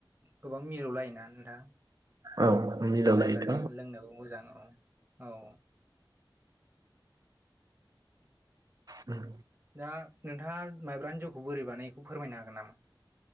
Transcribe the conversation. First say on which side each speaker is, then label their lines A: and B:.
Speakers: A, on the right; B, on the right.
A: गोबां मिलौलायोना नोंथां
B: औ मिलौलायोथ'
A: माइब्रानिया
B: उम
A: लोंनोबो मोजां औ औ
B: ओं
A: दा नोंथाङा माइब्रानि जौखौ बोरै बानाय बेखौ फोरमायनो हागोन नामा